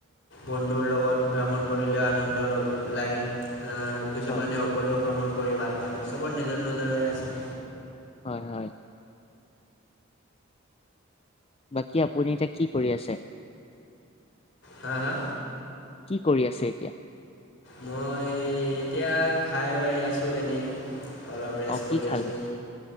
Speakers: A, on the left; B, on the left.
A: বন্ধুৰ লগত ভ্ৰমণ কৰিলেও আনন্দ লগ লাগে। আহ কিছুমানে
B: হয়
A: অকলেও ভ্ৰমণ কৰি ভাল পায় চবৰ নিজৰ নিজৰে আছে।
B: হয় হয়। বাকী আপুনি এতিয়া কি কৰি আছে?
A: হা হা?
B: কি কৰি আছে এতিয়া?
A: মই এতিয়া, খাই হৈ আছোঁ এনেই। অলপ ৰেষ্ট
B: অ
A: কৰি
B: কি খালে
A: আছোঁ।